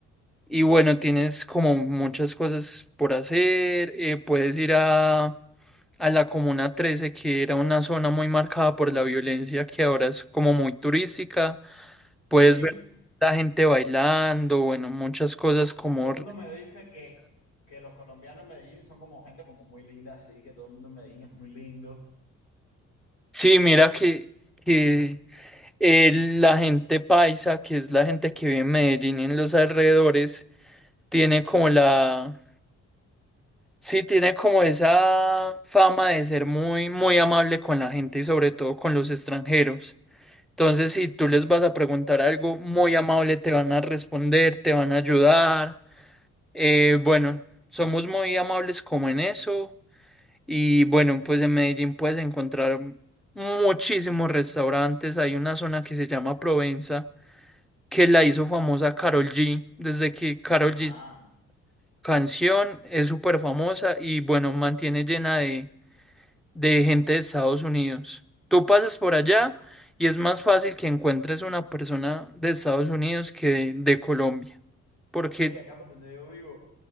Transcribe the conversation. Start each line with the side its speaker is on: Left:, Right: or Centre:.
Centre: Y bueno, tienes como muchas cosas por hacer. eh, puedes ir a, a la Comuna trece que era una zona muy marcada por la violencia, que ahora es como muy turística. Puedes
Left: Sí.
Centre: ver la gente bailando, bueno, muchas cosas como...
Left: Todo el mundo me dice que, que los colombianos en Medellín son como gente como muy linda, así que todo el mundo en Medellín es muy lindo.
Centre: Sí, mira que, que eh, la gente paisa, que es la gente que vive en Medellín y en los alrededores, tiene como la... Sí, tiene como esa fama de ser muy, muy amable con la gente y sobre todo con los extranjeros. Entonces, si tú les vas a preguntar algo muy amable, te van a responder, te van a ayudar. Eh, bueno, somos muy amables como en eso. Y bueno, pues en Medellín puedes encontrar muchísimos restaurantes. Hay una zona que se llama Provenza, que la hizo famosa Karol G. Desde que Karol
Left: Ah,
Centre: G canción es súper famosa y bueno, mantiene llena de de gente de Estados Unidos. Tú pasas por allá y es más fácil que encuentres una persona de Estados Unidos que de, de Colombia, porque
Left: oye, acá por donde yo vivo